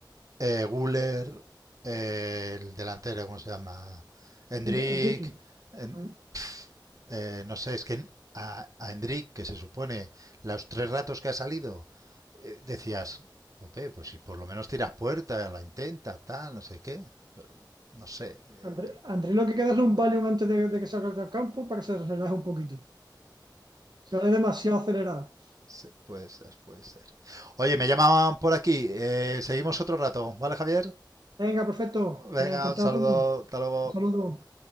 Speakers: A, on the right (about 45°); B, on the right (about 60°).
A: Eh, Guller, eh, el delantero, ¿cómo se llama? Hendrik.
B: eh, Enrique.
A: en-
B: ¿no?
A: pf, eh, no sé, es que en- a, a Hendrik, que se supone los tres ratos que ha salido, eh, decías, Ope, pues si por lo menos tiras puerta, la intenta, tal, no sé qué. Pero no sé, eh,
B: André, André lo que queda es un Valium antes de, de que salga del campo para que se relaje un poquito. Se ve demasiado acelerado.
A: sí, puede ser, puede ser. Oye, me llamaban por aquí. eh, seguimos otro rato, ¿vale, Javier?
B: Venga, perfecto.
A: Venga,
B: Venga, encantado,
A: un saludo,
B: Antonio.
A: hasta luego.
B: Un saludo.